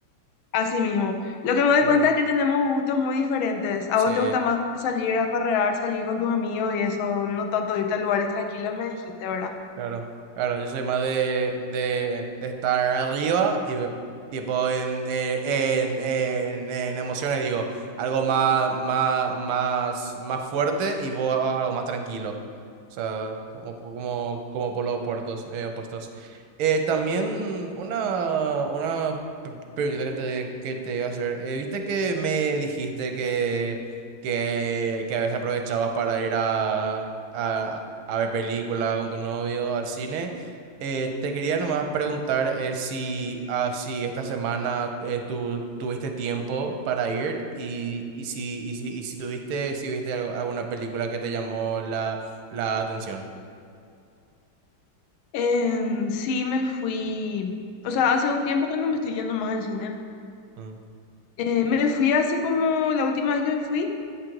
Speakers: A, on the left; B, on the right.
A: así mismo. Lo que me doy
B: Sí.
A: cuenta es que tenemos gustos muy diferentes. A
B: Sí,
A: vos te gusta más salir a farrear, salir con tus amigos y eso, no tanto irte a lugares tranquilos, me dijiste, ¿verdad?
B: claro. Claro, yo soy más de, de, de estar arriba y ve- tipo en, eh, en, en, en emociones, digo, algo más, más, más, más fuerte y vos algo más tranquilo. O sea, como, como, como por los puertos, eh, opuestos. Eh, también una, una p- pregunta que te, que te iba a hacer. Eh, ¿viste que me dijiste que, que, que a veces aprovechabas para ir a, a, a ver películas con tu novio, al cine. Eh, te quería nomás preguntar eh, si, ah, si esta semana eh, tú tuviste tiempo para ir y, y si, y si, y si tuviste, si viste al- alguna película que te llamó la, la atención.
A: Em, sí, me fui. O sea, hace un tiempo que no me estoy yendo más al cine.
B: Mm,
A: Eh, me fui hace como, la última vez que me fui